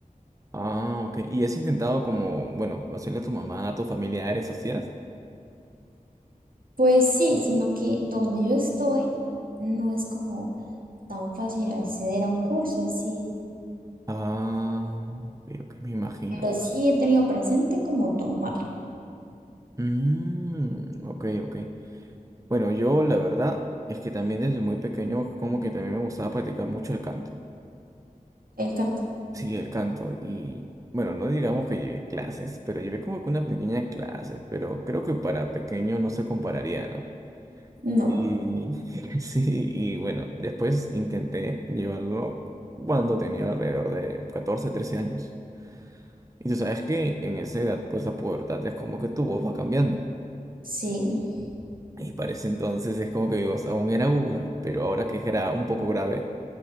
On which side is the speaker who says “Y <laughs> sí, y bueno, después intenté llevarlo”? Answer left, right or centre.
Right